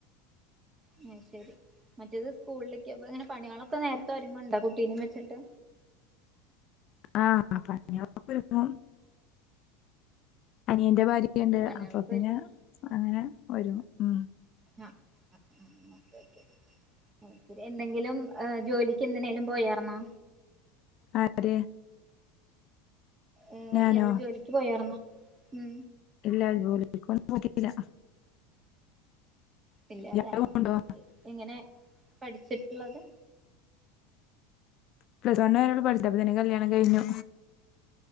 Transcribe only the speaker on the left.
ആഹ് പണി <unintelligible> അപ്പൊര്ങ്ങും. അനിയന്റെ ഭാര്യയ്ണ്ട്
അപ്പൊ പിന്നെ
അങ്ങനെ ഒര്ങ്ങു ഉം.
ആര്
ഞാനോ
ഇല്ലാ ജോലിക്കൊന്നും പോയിട്ടില്ല
ഇയാള് പോവുണ്ടോ
പ്ലസ് വണ്ണ് പഠിച്ചപ്പൊ തന്നെ കല്യാണം കഴിഞ്ഞു